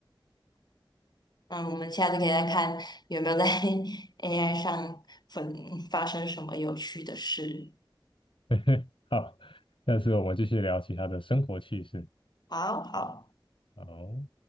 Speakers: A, on the left; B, on the left.
A: 嗯，我们下次可以再看有没有在 <laughs> AI 上分发生什么有趣的事。
B: <laughs> 好，下次我们继续聊其他的生活趣事。
A: 好好。
B: 好。